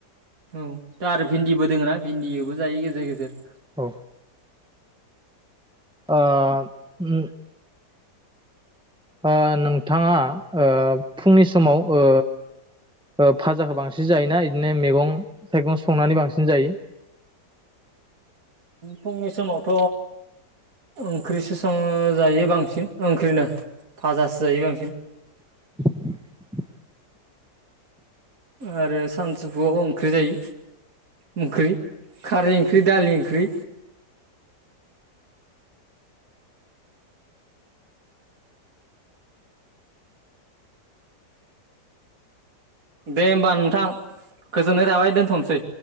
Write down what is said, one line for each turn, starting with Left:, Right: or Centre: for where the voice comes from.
Right: औ दा आरो भिन्दिबो दोङो ना भिन्दिबो जायो गेजेर गेजेर।
Centre: औ ओ उम ओ नोंथाङा ओ फुंनि समाव ओ ओ भाजाखो बांसिन जायोना इदिनो मैगं थाइगं संनानै बांसिन जायो?
Right: फुंनि समावथ' ओंख्रिसो सङो जायो बांसिन ओंख्रिनो भाजासो जायो बांसिन।
Centre: <inaudible>
Right: आरो सानजुफुवाव ओंख्रि जायो ओंख्रि खारै ओंख्रि दालि ओंख्रि। दे होमबा नोंथां गोजोननाय थाबाय दोनथ'नोसै।